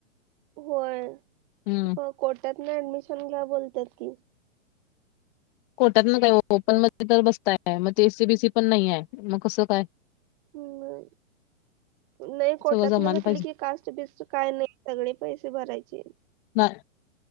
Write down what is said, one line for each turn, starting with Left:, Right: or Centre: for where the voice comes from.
Right: होय
Left: हम्म
Right: ह कोर्टात न्यू ऍडमिशन घ्या बोलत्यात ती.
Left: कोटातन काय ओ ओपन मध्ये तर बसताय मग ते एस सी बी सी पण नैयाय मग कसं काय?
Right: हम्म. नाही कोर्टात
Left: सगळं जमायला
Right: न घटली
Left: पाहिजे.
Right: की कास्ट बिस्ट काय नाही सगळे पैसे भरायचे.
Left: नाही